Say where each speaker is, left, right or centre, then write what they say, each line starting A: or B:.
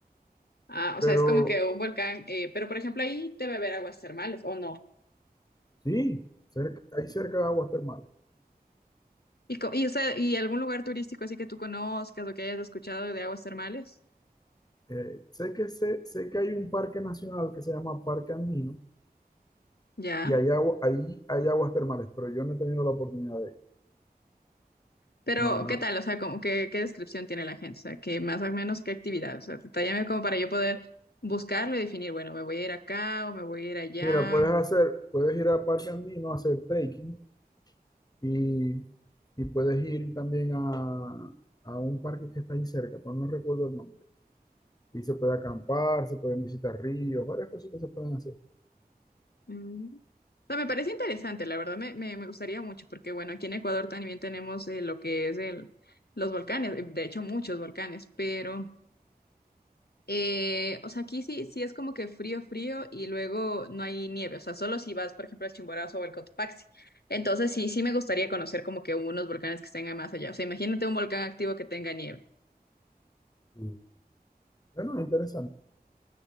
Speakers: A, on the left; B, on the left.
A: Ah, o
B: Pero
A: sea, es como que un volcán, eh, pero por ejemplo ahí debe haber aguas termales, ¿o no?
B: sí, cerca- hay cerca de aguas termales.
A: Y, co- y, o sea, ¿y algún lugar turístico así que tú conozcas o que hayas escuchado de aguas termales?
B: Eh, sé que, sé, sé que hay un parque nacional que se llama Parque Andino
A: Ya.
B: y hay agua, ahí hay aguas termales, pero yo no he tenido la oportunidad de ir.
A: Pero,
B: No, no,
A: ¿qué
B: no.
A: tal? O sea, como que- qué descripción tiene la gente? O sea, que más o menos qué actividad. O sea, detállame como para yo poder buscarlo y definir, bueno, me voy a ir acá o me voy a ir allá.
B: Mira, puedes hacer, puedes ir al Parque Andino a hacer trekking y, y puedes ir también a, a un parque que está ahí cerca, pero no recuerdo el nombre. Y se puede acampar, se pueden visitar ríos, varias cosas que se pueden hacer.
A: Mm. O sea, me parece interesante, la verdad, me, me, me gustaría mucho, porque bueno, aquí en Ecuador también tenemos eh, lo que es el, los volcanes, de hecho muchos volcanes, pero Eh, o sea, aquí sí, sí es como que frío, frío y luego no hay nieve, o sea, solo si vas, por ejemplo, al Chimborazo o al Cotopaxi. Entonces sí, sí me gustaría conocer como que unos volcanes que estén más allá. O sea, imagínate un volcán activo que tenga nieve.
B: Y, bueno, es interesante.